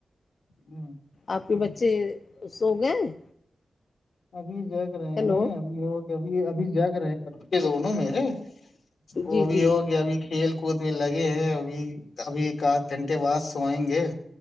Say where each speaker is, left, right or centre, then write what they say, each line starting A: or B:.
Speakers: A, on the left; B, on the left.
A: ہوں
B: آپ کے بچے سو گئے
A: ابھی زیک رہے ہیں <unintelligible>
B: ہیلو
A: ہوگ اب ابھی جگ رہے بے دونوں میرے وہ
B: جی
A: بھی
B: جی
A: ہوگ ابھی کھیل کود میں لگے ہیں ابھی ابھی ایک آدھ گھنٹے بعد سوئیں گے